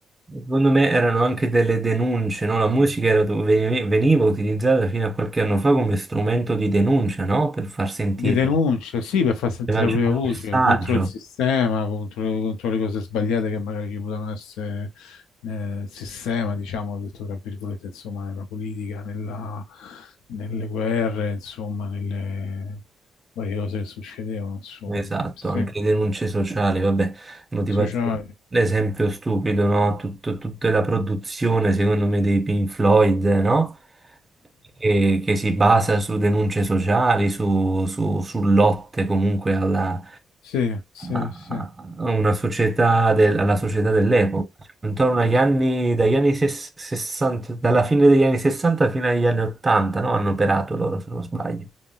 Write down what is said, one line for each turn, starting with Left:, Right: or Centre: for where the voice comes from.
Right: Secondo me erano anche delle denunce, no? La musica era dove veni- veniva utilizzata fino a qualche anno fa come strumento di denuncia, no? Per far sentire,
Left: Di denuncia, sì, per far sentire
Right: per lanciare
Left: la propria
Right: un
Left: voce
Right: messaggio.
Left: contro il sistema, contro, contro le cose sbagliate che magari ci potevano essere nel sistema, diciamo, detto tra virgolette, insomma, nella politica, nella- nelle guerre, insomma, nelle varie cose che succedevano, insomma,
Right: Esatto,
Left: sì,
Right: anche le denunce sociali, vabbè, motivazione.
Left: sociali.
Right: L'esempio stupido, no? Tutto- tutta la produzione, secondo me, dei Pink Floyd, no? Che, che si basa su denunce sociali, su, su- su lotte comunque alla,
Left: Sì, sì,
Right: a
Left: sì.
Right: a una società del- alla società dell'epoca. cioè, Intorno agli anni, dagli anni ses- 60, dalla fine degli anni 60 fino agli anni 80, no? Hanno operato loro, se non sbaglio.